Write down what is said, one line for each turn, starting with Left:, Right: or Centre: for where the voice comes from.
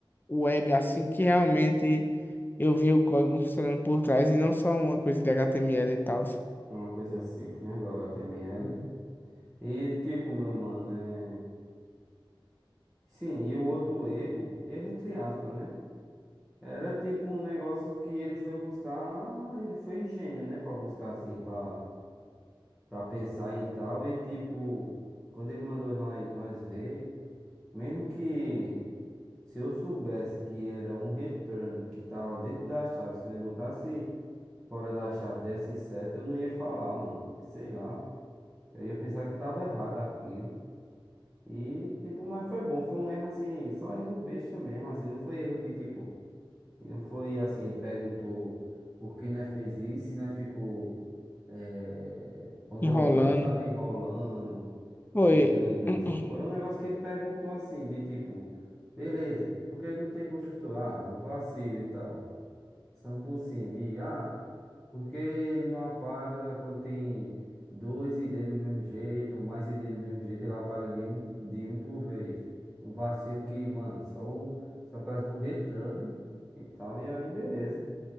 Left: web assim que realmente eu vi o código funcionando por trás e não só uma coisa de HTML e tal,
Centre: Uma coisa simples, né, do HTML.
Left: Hum.
Centre: E, tipo, meu mano, é... Sim, e o outro erro, erro entre aspas, né? Era tipo um negócio que ele foi buscar, ele foi gênio, né? Pra buscar assim, pra, pra pensar em tal. E tipo, quando ele mandou nós, nós ver, mesmo que se eu soubesse que era um return que tava dentro da chave, se não botasse fora da chave desse certo, eu não ia falar, mano. Sei lá. Eu ia pensar que tava errado aquilo. E tipo, mas foi bom, foi um erro assim, só erro besta mesmo, assim, não foi erro de tipo. E Não foi assim, ele perguntou por que nós fez isso e nós ficou eh, pangolando,
Left: enrolando.
Centre: sabe? Enrolando, querendo
Left: Foi,
Centre: encher linguiça.
Left: <clears throat>
Centre: Foi um negócio que ele perguntou assim, de tipo, beleza, porque ele não tem construtor? Ah, um vacilo e tal. São por cima. E, ah, porque ele não apaga quando tem dois ID do mesmo jeito, ou mais ID do mesmo jeito, ele apaga de um, de um por vez. Um vacilo que, mano, só, o- só por causa de um return e tal, e aí beleza.